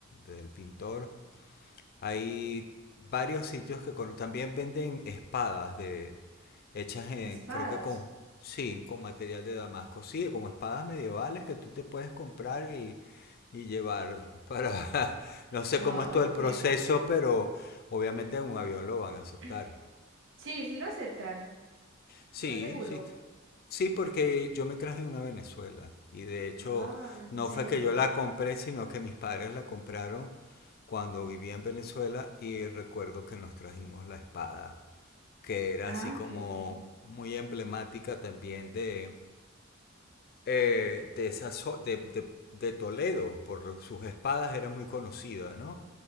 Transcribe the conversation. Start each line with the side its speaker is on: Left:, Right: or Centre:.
Left: del Pintor. Hay varios sitios que con- también venden espadas de hechas en,
Right: espadas.
Left: creo que con, sí, con material de Damasco, sí, como espadas medievales que tú te puedes comprar y, y llevar para, <laughs> no sé
Right: Ah,
Left: cómo es todo
Right: ok.
Left: el proceso, pero obviamente en un avión lo van a aceptar.
Right: <clears throat> Sí, sí lo aceptan.
Left: Sí,
Right: ¿Estás seguro?
Left: sí. t- Sí, porque yo me traje una a Venezuela y de hecho
Right: Ah, en
Left: no
Right: serio.
Left: fue que yo la compré, sino que mis padres la compraron cuando vivía en Venezuela y recuerdo que nos trajimos la espada, que era
Right: Ah,
Left: así como
Right: qué bien.
Left: muy emblemática también de, eh, de, esa zo- de, de- de Toledo, por sus espadas era muy conocida, ¿no?